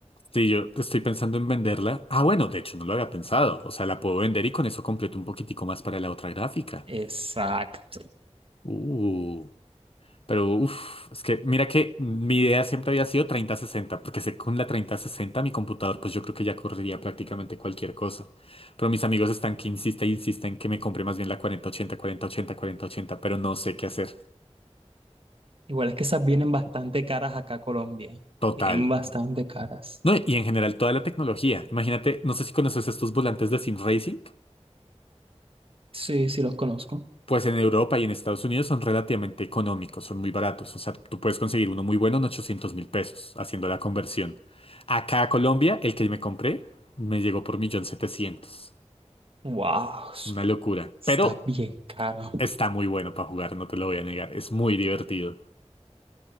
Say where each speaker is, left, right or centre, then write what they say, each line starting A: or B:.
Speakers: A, on the left; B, on the right.
A: Sí, yo estoy pensando en venderla. Ah, bueno, de hecho no lo había pensado. O sea, la puedo vender y con eso completo un poquitico más para la otra gráfica.
B: Exacto.
A: Uh, pero uff, es que mira que mi idea siempre había sido treinta sesenta, porque sé que con la 3060 mi computador, pues yo creo que ya correría prácticamente cualquier cosa. Pero mis amigos están que insisten, insisten que me compre más bien la cuarenta cuarenta ochenta cuarenta ochenta cuarenta ochenta, pero no sé qué hacer.
B: Igual es que esas vienen bastante caras acá a Colombia.
A: Total.
B: Vienen bastante caras.
A: No, y en general toda la tecnología. Imagínate, no sé si conoces estos volantes de Sim Racing.
B: Sí, sí los conozco.
A: Pues en Europa y en Estados Unidos son relativamente económicos, son muy baratos. O sea, tú puedes conseguir uno muy bueno en ochocientos mil pesos haciendo la conversión. Acá a Colombia, el que me compré me llegó por millón setecientos,
B: Wow,
A: Una locura.
B: está
A: Pero
B: bien caro.
A: está muy bueno para jugar, no te lo voy a negar. Es muy divertido.